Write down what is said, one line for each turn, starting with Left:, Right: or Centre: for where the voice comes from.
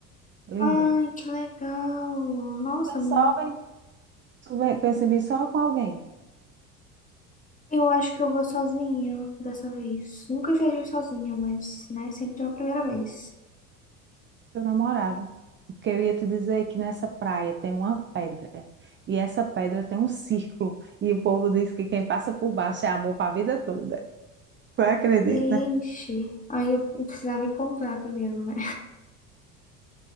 Right: linda.
Left: Ai, que legal. Nossa,
Right: Mas
Left: não-
Right: só vai, tu vai, pensa em vir só com alguém,
Left: eu acho que eu vou sozinha dessa vez. Nunca viajei sozinha, mas, né, sempre é a primeira vez.
Right: teu namorado. Porque eu ia te dizer que nessa praia tem uma pedra. E essa pedra tem um círculo. E o povo diz que quem passa por baixo é amor para a vida toda. Tu acredita?
Left: Ixi, aí eu precisava encontrar primeiro, né?